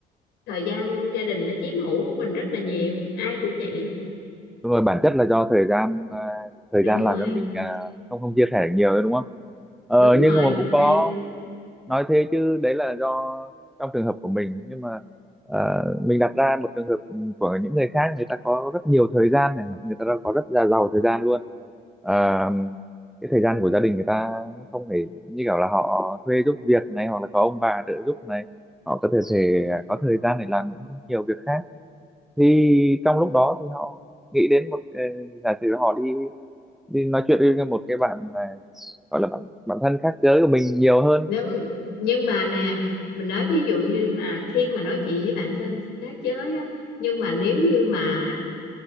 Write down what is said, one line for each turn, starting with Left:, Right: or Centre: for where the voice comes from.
Left: thời gian gia đình nó chiếm hữu của mình rất là nhiều ai cũng vậy
Centre: đúng rồi bản chất là do thời gian à, thời
Left: đúng
Centre: gian làm
Left: rồi
Centre: cho mình à, không không chia sẻ được nhiều nữa đúng không ờ,
Left: đúng
Centre: nhưng
Left: rồi
Centre: mà
Left: đúng
Centre: cũng có
Left: rồi
Centre: nói thế chứ đấy là do trong trường hợp của mình nhưng mà à, mình đặt ra một trường hợp của những người khác người ta có rất nhiều thời gian này người ta có rất là giàu thời gian luôn Ờ, cái thời gian của gia đình người ta không phải như kiểu là họ thuê giúp việc này hoặc là có ông bà trợ giúp này họ có thể thể có thời gian để làm những nhiều việc khác thì trong lúc đó thì họ nghĩ đến một ờ, giả sử họ đi đi nói chuyện với một cái bạn mà gọi là bạn bạn thân khác giới của mình nhiều hơn
Left: nếu nhưng mà nè mình nói thí dụ như là khi mà nói chuyện với bạn thân khác giới á nhưng mà nếu như mà